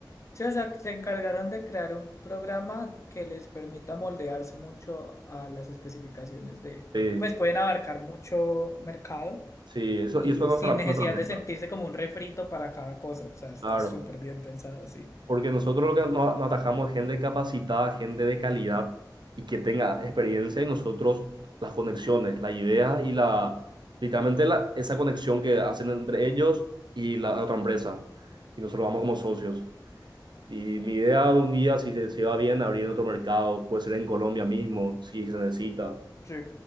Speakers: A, on the left (about 40°); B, on the right (about 70°).
A: Sí, o sea, se encargaron de crear un programa que les permita moldearse mucho a las especificaciones de,
B: Sí,
A: pues pueden abarcar mucho mercado
B: sí, eso,
A: y
B: y eso es nuestra,
A: sin necesidad
B: nuestra meta,
A: de sentirse como un refrito para cada cosa. O sea, está
B: claro.
A: súper bien pensado, sí.
B: Porque nosotros lo que nos, nos atajamos es gente capacitada, gente de calidad y que tenga experiencia y nosotros las conexiones, las ideas y la, literalmente la, esa conexión que hacen entre ellos y la, la otra empresa. Y nosotros vamos como socios. Y mi idea de un día, si se, se va bien, abrir en otro mercado, puede ser en Colombia mismo, si se necesita.
A: Sí,